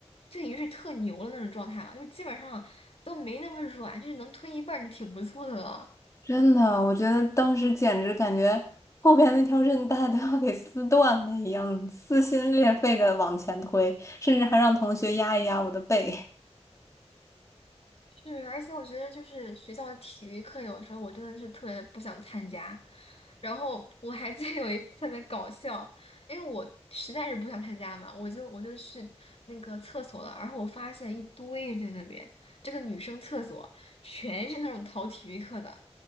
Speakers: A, on the left; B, on the left.
A: 就已经是特牛的那种状态了，就是基本上都没那么软，就是能推一半儿就挺不错的了。
B: 真的，我觉得当时简直感觉后边那条韧带都要给撕断了一样，撕心裂肺的往前推，甚至还让同学压一压我的背。
A: 是，而且我觉得就是学校的体育课，有的时候我真的是特别不想参加。然后我还记得 <laughs> 有一次特别搞笑，因为我实在是不想参加嘛，我就我就去那个厕所了，然后我发现一堆人在那边，这个女生厕所全是那种逃体育课的。